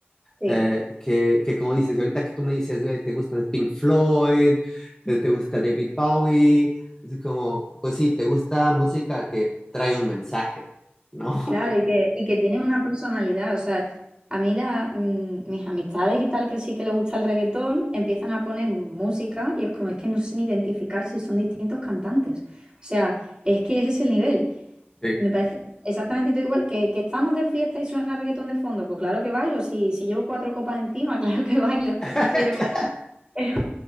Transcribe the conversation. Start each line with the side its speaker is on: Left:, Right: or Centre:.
Right: Sí.
Left: eh, que, que como dices, y ahorita que tú me dices, "Güey, te gusta Pink Floyd, eh, te gusta David Bowie, es como, pues sí, te gusta música que trae un mensaje, ¿no? <laughs>
Right: Claro, y que, y que tiene una personalidad. O sea, a mí la, mm, mis amistades y tal que sí que les gusta el reggaetón empiezan a poner música y es como, es que no sé ni identificar si son distintos cantantes. O sea, es que es ese es el nivel.
Left: Sí.
Right: Me parece exactamente todo igual que, que estamos de fiesta y suena reggaetón de fondo. Pues claro que bailo, si, si llevo cuatro copas encima, <laughs> claro que bailo.
Left: <laughs>
Right: Pero, <laughs> pero